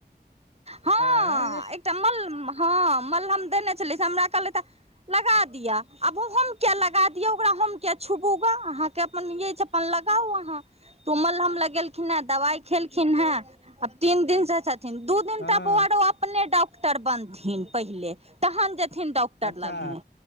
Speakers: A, on the right; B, on the left.
A: हँ
B: आँ
A: एकटा मल हँ मलहम देने छलिय से हमरा कहलै तऽ लगा दिया अब हम क्या लगा दियो ओकरा हम कि छुबूगा अहाँके अपन य अपन लगाउ अहाँ तूमल हम लगेलखिन हे दवाई खेलखिन हे आब तीन दिन से छथिन दू दिन
B: हँ
A: तक ओ आरो अपने डॉक्टर बनथिन पहिले तहन जेथिन डॉक ड्टर
B: अच्छा
A: लग मे